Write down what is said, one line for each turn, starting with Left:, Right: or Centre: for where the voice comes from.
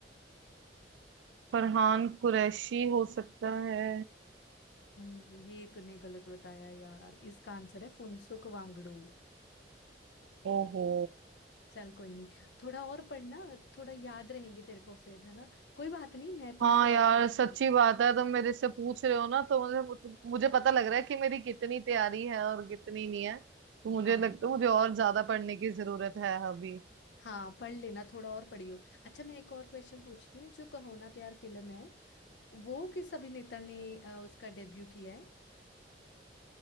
Right: फरहान कुरैशी हो सकता है
Left: हम्म, ये तूने गलत बताया यार इसका आंसर है फुनसुक वांगडू
Right: ओहो
Left: चल कोई नहीं थोड़ा और पढ़ना थोड़ा याद रहेंगे तेरे को फिर है ना कोई बात नहीं मैं तुमसे
Right: हाँ
Left: और
Right: यार
Left: पूछती
Right: सच्ची
Left: हूँ
Right: बात है तुम मेरे से पूछ रहे हो ना तो मुझे मुझे पता लग रहा है कि मेरी कितनी तैयारी है और कितनी नहीं है तो मुझे
Left: हाँ
Right: लगता है मुझे और ज्यादा पढ़ने की जरूरत है अभी
Left: हाँ पढ़ लेना थोड़ा और पढ़ियो अच्छा मैं एक और क्वेश्चन पूछती हूँ जो कहो ना प्यार फिल्म है वो किस अभिनेता ने अ, उसका डेब्यू किया है